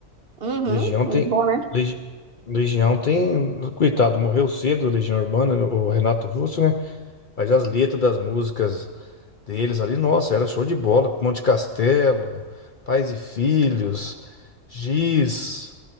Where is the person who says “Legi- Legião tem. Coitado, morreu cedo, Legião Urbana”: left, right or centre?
Left